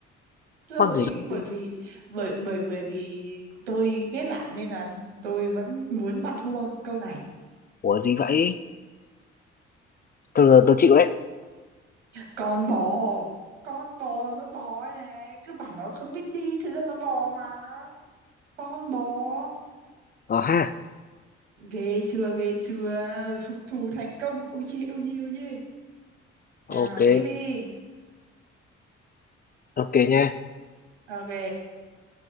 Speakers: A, on the right; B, on the left.
A: tôi
B: con
A: không gợi
B: gì
A: ý
B: biết
A: bởi
B: đi
A: vì bởi bởi bởi vì tôi ghét bạn nên là tôi vẫn muốn bạn thua câu này
B: của gì vậy thôi giờ tôi chịu đấy
A: con bò con bò là nó bò đây này cứ bảo nó không biết đi thực ra nó bò mà con bò
B: ờ ha
A: ghê chưa ghê chưa phục thù thành công ôi dê ôi dê ôi dê
B: ok
A: nào tiếp đi
B: ok nha
A: ok